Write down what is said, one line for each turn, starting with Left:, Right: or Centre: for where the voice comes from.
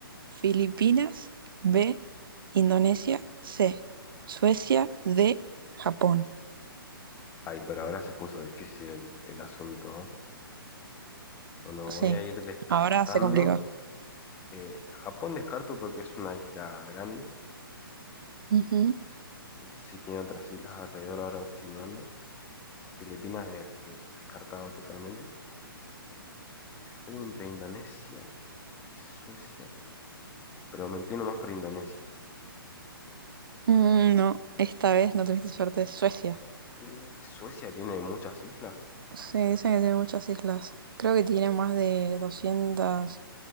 Right: Filipinas. B. Indonesia. C. Suecia. D. Japón.
Left: Ay, pero ahora se puso difícil el, el asunto, ¿no? Bueno,
Right: Sí.
Left: voy a ir descartando.
Right: Ahora se complicó.
Left: Eh, Japón descarto porque es una isla grande.
Right: Ujú.
Left: No sé si tiene otras islas alrededor, ahora me estoy dudando. Filipinas de- de- descartado totalmente. Estoy entre Indonesia y Suecia, pero me inclino más por Indonesia.
Right: Mm, no, esta vez no tuviste suerte. Suecia.
Left: Uf. Uy, Suecia tiene muchas islas.
Right: Sí, dicen que tiene muchas islas. Creo que tiene más de doscientas